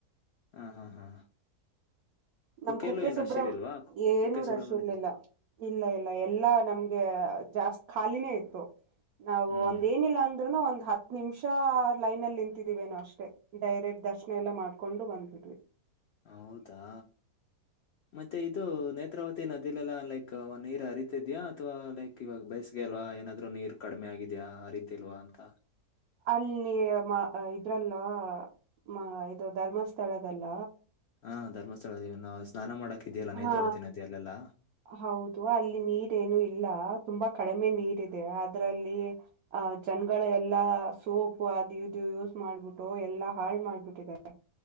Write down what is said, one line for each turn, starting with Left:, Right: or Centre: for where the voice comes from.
Left: ಹ್ಮ ಹಾ ಹಾ
Right: ನಮ್
Left: ಕುಕ್ಕೆಲ್ಲೂ
Right: ಕುಕ್ಕೆ
Left: ಏನ್
Right: ಸುಬ್ರಮ
Left: ರಶ್ ಇರಿಲ್ವಾ
Right: ಏನು
Left: ಕುಕ್ಕೆ ಸುಬ್ರಹ್ಮಣ್ಯದಲ್ಲಿ
Right: ರಶ್ ಇರ್ಲಿಲ್ಲ ಇಲ್ಲ ಇಲ್ಲ ಎಲ್ಲಾ ನಮ ಜಾಸ್ತಿ ಖಾಲಿನೇ ಇತ್ತು ನಾವು
Left: ಹ್ಮ್
Right: ಒಂದ ಏನಿಲ್ಲ ಅಂದ್ರುನು ಒಂದ್ ಹತ್ತು ನಿಮಿಷ ಲೈನಲ್ಲಿ ನಿಂತಿದೀವೇನೋ ಅಷ್ಟೇ ಡೈರೆಕ್ಟ್ ದರ್ಶನ ಎಲ್ಲ ಮಾಡ್ಕೊಂಡು ಬಂದಿದ್ವಿ
Left: ಹೌದಾ ಮತ್ತೆ ಇದು ನೇತ್ರಾವತಿ ನದಿಲೆಲ್ಲಾ ಲೈಕ್ ಒ ನೀರ್ ಹರಿತಿದ್ಯಾಾ ಅಥವಾ ಲೈಕ್ ಇವಾಗ ಬೇಸ್ಗೆ ಅಲ್ವಾ ಏನಾದ್ರು ನೀರ್ ಕಡಿಮೆ ಆಗಿದ್ಯಾ ಬರಿೀತಿಲ್ವಾ ಅಂತ
Right: ಅಲ್ಲಿ ಇದ್ರಲ್ಲ ಮ ಇದು ಧರ್ಮಸ್ಥಳದಲ್ಲ
Left: ಹಾ ಧರ್ಮಸ್ಥಳದ ನಾ ಸ್ನಾನ ಮಾಡಕ್ ಇದೆಯಲ್ಲ ನೇತ್ರಾವತಿ
Right: ಹಾ
Left: ನದಿಯಲ್ಲೆಲ್ಲ
Right: ಹೌದು ಅಲ್ಲಿ ನೀರೇನು ಇಲ್ಲ ತುಂಬಾ ಕಡಿಮೆ ನೀರ್ ಇದೆ ಅದ್ರಲ್ಲಿ ಆಹ ಜನಗಳು ಎಲ್ಲಾ ಸೋಪು ಅದು ಇದು ಯೂಸ್ ಮಾಡ್ಬಿಟ್ಟು ಎಲ್ಲಾ ಹಾಳ್ ಮಾಡ್ಬಿಟ್ಟಿದ್ದಾರೆ